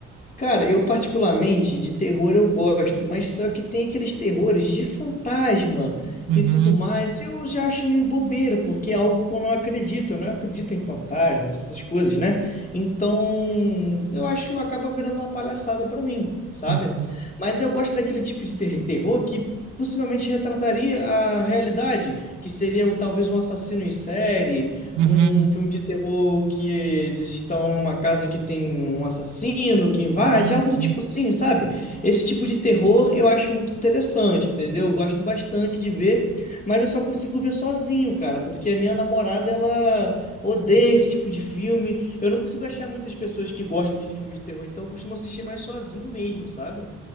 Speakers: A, on the left; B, on the right.
A: Cara, eu particularmente de terror eu gosto, mas só que tem aqueles terrores de fantasma
B: Uhum,
A: e tudo mais. Eu já acho meio bobeira, porque é algo que eu não acredito, eu não acredito em fantasmas, essas coisas, né? Então, eu acho acaba virando uma palhaçada pra mim, sabe?
B: uhum,
A: Mas eu gosto daquele tipo de ter- terror que possivelmente retrataria a realidade, que seria o- talvez um assassino em série
B: uhum.
A: um filme de terror que eles estão em uma casa que tem um assassino que invade,
B: Sim,
A: algo
B: sim.
A: do tipo assim, sabe? Esse tipo de terror eu acho muito interessante, entendeu? Eu gosto bastante de ver, mas eu só consigo ver sozinho, cara, porque a minha namorada, ela odeia esse tipo de filme. Eu não consigo achar muitas pessoas que gostam de filme de terror, então eu costumo assistir mais sozinho mesmo, sabe?